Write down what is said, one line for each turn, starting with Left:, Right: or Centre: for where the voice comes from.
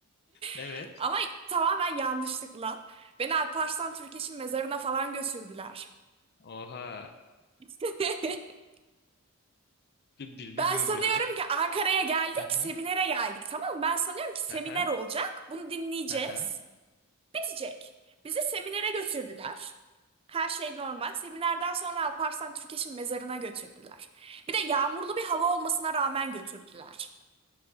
Left: Evet.
Right: <laughs> Ama tamamen yanlışlıkla. Beni Alparslan Türkeş'in mezarına falan götürdüler.
Left: Oha.
Right: <laughs>
Left: <laughs> Bil- bil- Bilmiyorum
Right: Ben sanıyorum
Left: birazcık.
Right: ki Ankara'ya geldik,
Left: Aha.
Right: seminere geldik tamam mı? Ben sanıyorum ki seminer
Left: Aha.
Right: olacak. Bunu dinleyeceğiz.
Left: Aha.
Right: geçecek. Bizi seminere götürdüler. Her şey normal. Seminerden sonra Alparslan Türkeş'in mezarına götürdüler. Bir de yağmurlu bir hava olmasına rağmen götürdüler.